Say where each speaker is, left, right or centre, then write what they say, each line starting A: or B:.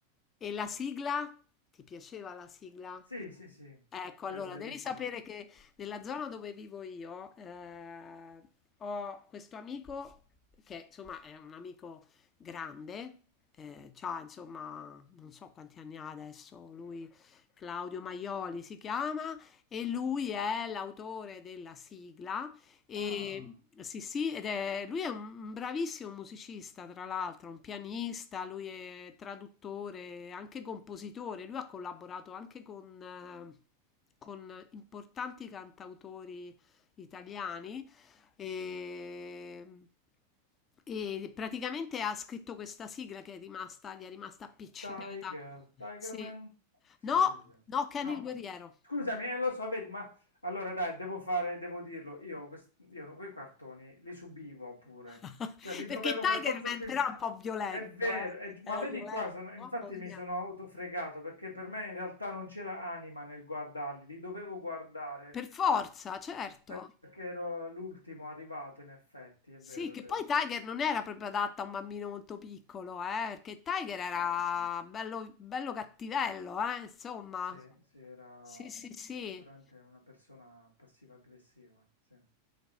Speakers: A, on the left; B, on the left.
A: E la sigla? Ti piaceva la sigla?
B: Sì, sì, sì, è
A: Ecco, allora
B: bellissimo.
A: devi sapere che nella zona dove vivo io eh, ho questo amico che insomma è un amico grande, eh, c'ha insomma non so quanti anni ha adesso, lui Claudio Maioli si chiama e lui è l'autore della sigla e
B: Ah,
A: sì, sì, ed è, lui è un bravissimo musicista, tra l'altro, un pianista, lui è traduttore, anche compositore. Lui ha collaborato anche con, eh, con importanti cantautori italiani e, e praticamente ha scritto questa sigla che è rimasta, gli è rimasta appiccicata.
B: Tiger, Tigerman?
A: Sì.
B: Sì,
A: No,
B: sì, sì.
A: no, Kenny
B: No,
A: il guerriero.
B: scusami, eh, lo so, vedi, ma allora dai, devo fare, devo dirlo, io, quest- io no, quei cartoni li subivo pure,
A: <laughs>
B: cioè li dovevo
A: Perché Tiger
B: per forza...
A: Man
B: quindi-
A: però è un po' violento,
B: è vero,
A: eh.
B: è gi-
A: Era
B: ma vedi
A: violento,
B: qua, sono- infatti
A: mamma
B: mi
A: mia.
B: sono autofregato perché per me in realtà non c'era anima nel guardarli, li dovevo guardare
A: Per forza, certo.
B: perché ero l'ultimo arrivato, in effetti, è vero,
A: Sì, che
B: è vero.
A: poi Tiger non era proprio adatta a un bambino molto piccolo, eh, perché Tiger
B: Eh,
A: era bello, bello cattivello, eh, insomma.
B: Sì, sì, era
A: Sì, sì,
B: mm,
A: sì.
B: sicuramente una persona passiva-aggressiva, sì.